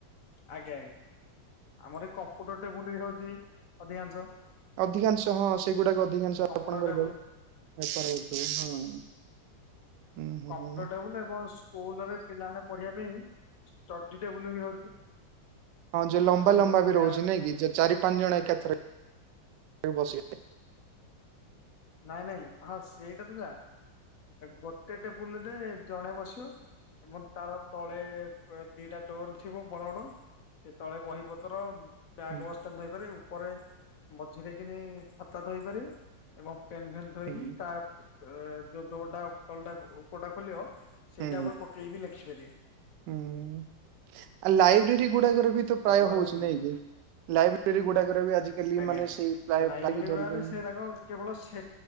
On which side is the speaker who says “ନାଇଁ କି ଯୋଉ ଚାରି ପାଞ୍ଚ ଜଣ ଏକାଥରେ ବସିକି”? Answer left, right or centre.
Right